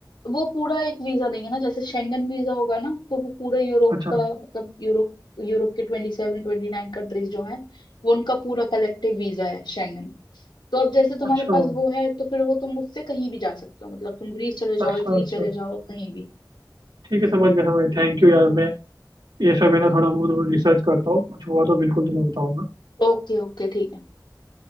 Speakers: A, on the left; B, on the right.
A: वो पूरा एक वीजा देंगे ना जैसे शेंगन वीजा होगा ना तो वो पूरा यूरोप
B: अच्छा
A: का मतलब यूरोप यूरोप के ट्वेंटी सेवन ट्वेंटी नाइन कंट्रीज जो हैं वो उनका पूरा कलेक्टिव वीजा है शेंगन तो अब जैसे तुम्हारे
B: अच्छा
A: पास वो है तो फिर वो तुम उससे कहीं भी जा सकते हो मतलब तुम ग्रीस चले जाओ
B: अच्छा
A: इटली
B: अच्छा
A: चले जाओ कहीं भी
B: ठीक है समझ गया समझ गया थैंक यू यार मैं ये सब है ना थोड़ा बहुत रिसर्च करता हूँ कुछ हुआ तो बिल्कुल तुम्हें बताऊंगा
A: ओके ओके ठीक है